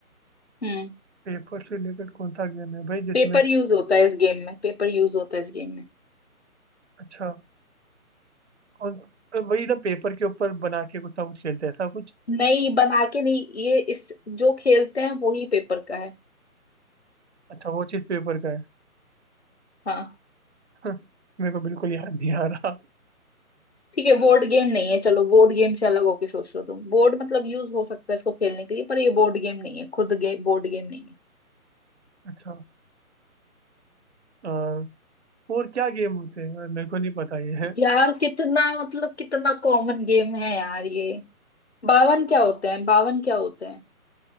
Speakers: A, on the left (about 50°); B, on the right (about 50°).
A: हम्म
B: पेपर से रिलेटेड कौन सा गेम है भाई जिसमें
A: पेपर यूज होता है इस गेम में पेपर यूज होता है इस गेम में
B: अच्छा कौन तो वही ना पेपर के ऊपर बना के कुछ ना कुछ खेलते हैं ऐसा कुछ
A: नहीं बना के नहीं ये इस जो खेलते हैं वो ही पेपर का है
B: अच्छा वो चीज़ पेपर का है
A: हाँ
B: <laughs> मेरे को बिल्कुल याद नहीं आ रहा
A: ठीक है बोर्ड गेम नहीं है चलो बोर्ड गेम से अलग होके सोच लो तुम बोर्ड मतलब यूज हो सकता है इसको खेलने के लिए पर ये बोर्ड गेम नहीं है खुद गे, बोर्ड गेम नहीं है
B: अच्छा अ, और क्या गेम होते हैं और मेरे को नहीं पता ये <laughs> है
A: यार कितना मतलब कितना कॉमन गेम है यार ये बावन क्या होते हैं बावन क्या होते हैं